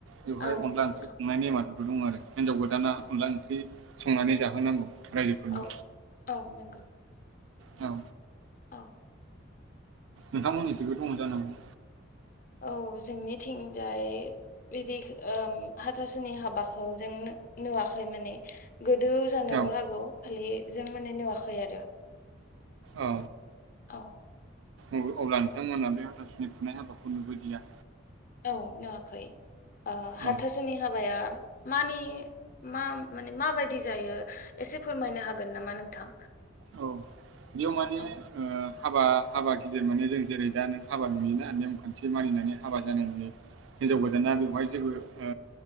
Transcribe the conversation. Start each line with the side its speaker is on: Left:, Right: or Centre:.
Right: बेवहाय
Left: औ
Right: अनला ओंख्रि
Left: नंगौ
Right: संनाय नेमाद दं। दंङ आरो हिनजावखौ जानला मानला ओंख्रि संनानै जाहोनांगौ। रायजोफोरनो
Left: औ औ नंगौ।
Right: औ
Left: औ
Right: नोंथांमोननिसिबो दं जानांगौ।
Left: औ जोंनिथिंजाय बिदि ओ हाथासुनि हाबाखौ जों नुवाखै माने गोदो जानोबो
Right: औ
Left: हागौ खालि जों माने नुवाखै आरो।
Right: औ
Left: औ
Right: अब्ला नोंथांमोनहा बे हाथासुनि खुंनाय हाबाखौ नुबोदिया?
Left: औ नुवाखै ओ
Right: औ
Left: हाथासोनि हाबाया मानि मा माने माबायदि जायो एसे फोरमायनो हागोन नामा नोंथां?
Right: औ बेयाव माने
Left: औ
Right: ओ हाबा हाबा गिदिर माने जों जेरै दा नों हाबा नुयोना नेम खान्थि मानिनानै हाबा जानाय नुयो। हिनजाव गोदाना बेवहाय जेबो ओ